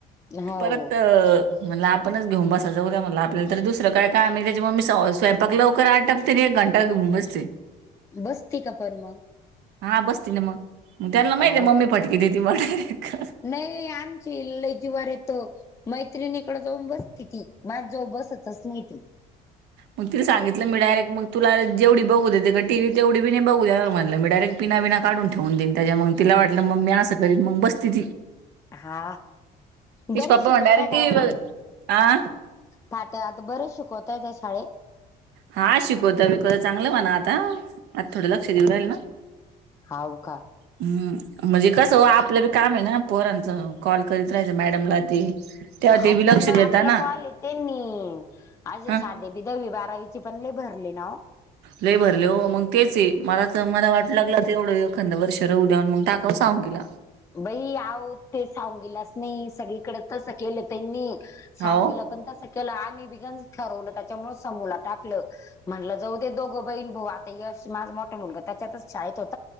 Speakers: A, on the left; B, on the right.
A: हो
B: परत म्हनल आपणच घेऊन बसायच उद्या म्हला आपल्या तर दुसरं काय कायम आहे त्याच्या मूळ मी स्वयंपाक लवकर आटपते एक घंटा घेऊन बसते.
A: बसते का पण मग?
B: हा बसती ना मग मग त्यांना माहित
A: हो
B: आहे मम्मी फटके देते मग डायरेक्ट!
A: नाही आमची लय जीवार येत. मैत्रिणीकड जाऊन बसती ती माझ्या जवळ बसतच नाही ती.
B: मग तिला सांगितल मी डायरेक्ट मग तुला जेवढ बघू देते का टी वी तेढी बघू बी बघू नेणार नाय म्हणलं मी डायरेक्ट पिनाबीना काढून ठेवून देईन त्याच्या मूळ मग तिला वाटलं मग मी असं करीन मग बसती ती.
A: हा
B: तिचे
A: बरं
B: पप्पा
A: शिकवताय
B: म्हणे डायरेक्ट
A: का
B: टीव्ही
A: ओ
B: बघ.
A: मग.
B: आ
A: फाट्यात बर शिकवताय त्या शाळेत.
B: हा शिकवता बीकवत चांगलं म्हणा आता. आता थोडं लक्ष देऊ राहील ना.
A: हाव का
B: हम्, म्हणजे कसं हो आपलं बी काम आहे ना पोरांचं कॉल करीत राहायच मॅडमला ते तेव्हा
A: हा
B: ते बी
A: पण
B: लक्ष
A: मग
B: देता
A: आपला
B: ना.
A: कॉल त्यांनी असे
B: ह
A: साधे बीदे दहावी बारावीची पण लइ भरली ना ओ?
B: लय भरले हो मग तेच ये मला तर मला वाट लागला तर एवढ एखंद वर्ष राहुद्याव मग टाकाव साळुंखिला.
A: बई आहो ते साळुंखिला च नाय सगळीकडे तस केल त्यांनी.
B: हाव.
A: साळुंखिला पण तस केल आम्ही बि तिघांनी ठरवल त्याच्यामुळ समोला टाकल. म्हटलं जाऊ दे दोघ बहीण भाऊ आता यश माझा मोठा मुलगा त्याच्यातच शाळेत होता.